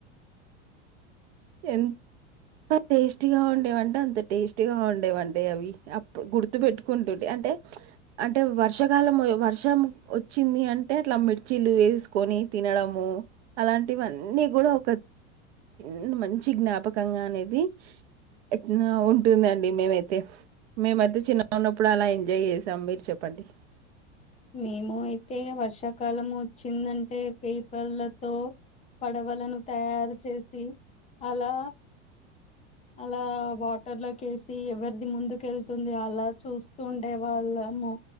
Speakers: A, on the right; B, on the left.
A: ఎంత టేస్టీగా ఉండేవంటే అంత టేస్టీగా ఉండేవండి అవి గుర్తు పెట్టుకుంటుంది అంటే అంటే వర్షాకాలం వర్షం వచ్చింది అం టే అట్లా మిర్చీలు వేసుకొని తినడమూ అలాంటివి అన్నీ కూడా ఒక నేను మంచి జ్ఞాపకంగా అనేది ఎట్నా ఉంటుందండి మేమైతే మేమైతే చిన్నగా ఉన్నప్పుడు అలా ఎంజాయ్ చేసాం మీరు చెప్పండి
B: మేము అయితే వర్షాకాలం వచ్చిందంటే పేపర్లతో పడవలను తయారు చేసి అలా అలా వాటర్ లోకి వేసి ఎవరిది ముందు కెళ్తుంది అలా చూస్తుండే వాళ్ళము